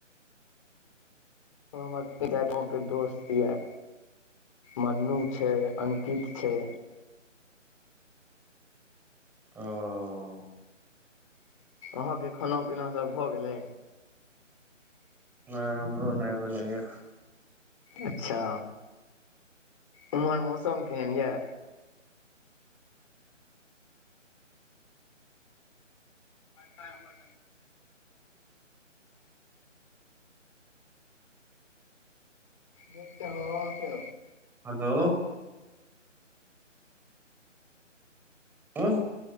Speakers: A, on the left; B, in the centre.
A: हमर विजय गाँवके दोस्त येए। मन्नू छै अंकित छै।
B: ओ-
A: आहाँ के खाना पीना सब भऽ गेलै?
B: नै हमरो नै भेलै येए।
A: अच्छा उम्हर मौसम केहन ये? तऽ हमर मित होबा के
B: हेलो उँ